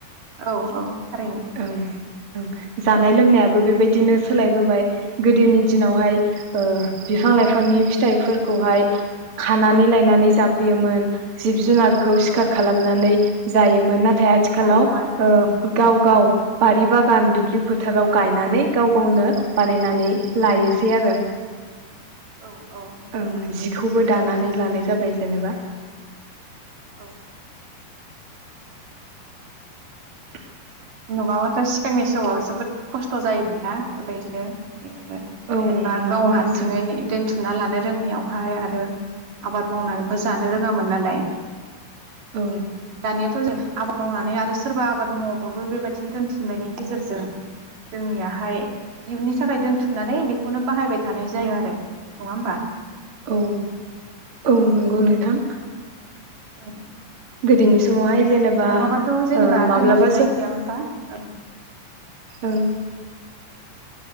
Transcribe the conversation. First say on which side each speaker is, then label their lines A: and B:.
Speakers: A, on the right; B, on the right.
A: औ औ। थारैनो
B: औ। जाब जानाय लोंनायाबो बेबायदिनो सोलायबोबाय। गोदोनि दिनावहाय ओ बिफां लाइफांनि फिथाइफोरखौहाय खानानै लाय नानै जाफैयोमोन।
A: औ
B: जिब जुनार खौ सिखार
A: औ
B: खालामनानै। जायोमोन ना थाय आथिखालाव
A: जायोमोन
B: ओ गाव
A: औ
B: बारि बागान दुब्लि फोथाराव
A: औ
B: गाय नानै गाव गावनो बानायनानै लायोसै आरो।
A: औ औ नंगौ
B: ओं
A: सैथो
B: जिखौबो दानानै लानाय जाबाय जेनेबा।
A: औ।
B: <inaudible>
A: नङाबाथ' सिगांनि समाव जोबोद खस्थ' जायोमोन ना। बेबायदिनो जेनेबा
B: औ नंगौ
A: गाव हारसिङै
B: नोंथां
A: दोनथुमना लानो। जोंनियावहाय आरो आबाद मावनानैबो जानो रोङामोन नालाय ।
B: औ
A: ' नायाथ जों आबाद मावनानै आरो सोरबा आबाद माव बखौबो बेबायदिनो दोन्थुमनायनि गेजेरजों जोंनियाहाय इयुननि थाखाय दोनथुमनानै बेखौनो बाहायबाय थानाय जायो आरो। नङा होमबा?
B: औ औ नंगौ नोंथां।
A: औ।
B: गोदोनि समावहाय जेनेबा
A: नङाबाथ' जेनेबा
B: ओ माब्लाबा
A: दोनथुमनाय गैयामोनबा ओं।
B: औ।